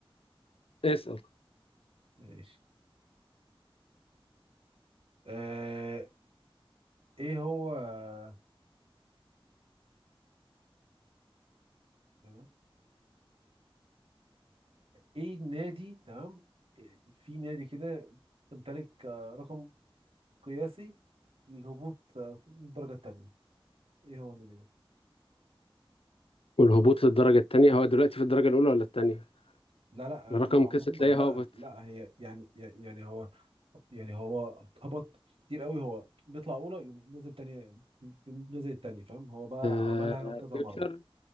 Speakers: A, on the left (about 75°); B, on the right (about 75°).
A: اسأل
B: ماشي أه، ايه هو أه، أه... ايه النادي تمام في نادي كده امتلك آه، رقم قياسي للهبوط آه، للدرجة التانية ايه هو النادي ده
A: والهبوط للدرجة التانية هو دلوقتي في الدرجة الأولى ولا التانية
B: لا لا
A: الرقم
B: آه، لا عموما
A: كسر تلاقيه
B: لا
A: هابط
B: لا هي يعني يعني هو يعني هو هبط كتير قوي هو بيطلع اولى يقوم نازل تانية يقوم نازل التانية فاهم هو بقى
A: آه
B: عملها كذا
A: فيوتشر
B: مرة